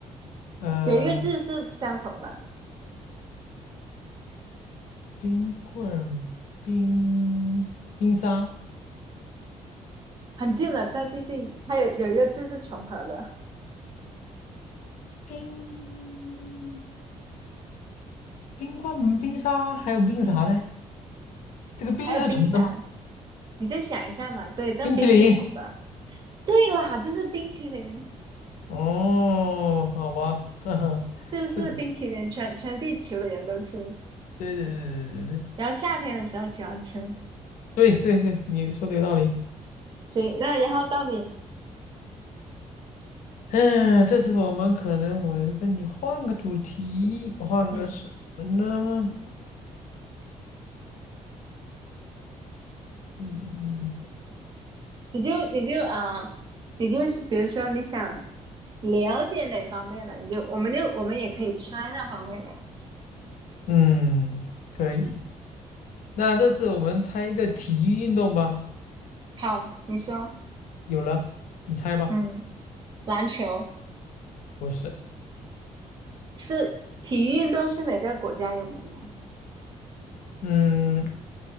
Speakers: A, on the left; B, on the right.
A: 呃，
B: 有一个字是相同的，
A: 冰棍儿，冰冰沙，
B: 很近了。再继续，它有有一个字是重合的。
A: 冰冰棍儿，嗯冰沙，还有冰啥嘞？这个冰是纯的吗？
B: 还有冰沙，你再想一下嘛。对，那冰是虫的。
A: 冰淇淋。
B: 对啦，就是冰淇淋，
A: 哦，好吧，<laughs> 哈哈，
B: 就是冰淇淋全，
A: 是的，
B: 全地球的人都吃。
A: 对对对对
B: 然后夏天的时候喜欢吃。
A: 对对对对对，你说的有道理。
B: 行，那然后到你，
A: 嗯，这次我们可能我跟你换个主题，换个什么呢？
B: 嗯，
A: 嗯
B: 你就你就啊、呃你就比如说你想了解哪方面的，你就我们就我们也可以猜那方面的。
A: 嗯，可以。那这次我们猜一个体育运动吧。
B: 好，你说，
A: 有了，你猜吧。
B: 嗯，篮球
A: 不是，
B: 是体育运动是哪个国家有名呢？
A: 嗯，